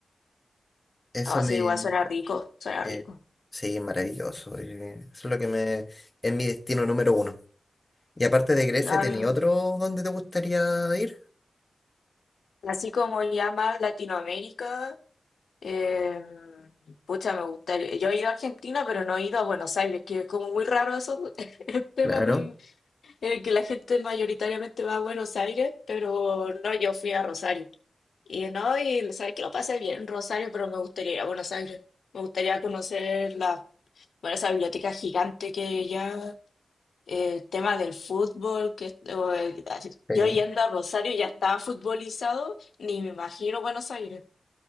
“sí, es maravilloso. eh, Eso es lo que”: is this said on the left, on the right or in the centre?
Left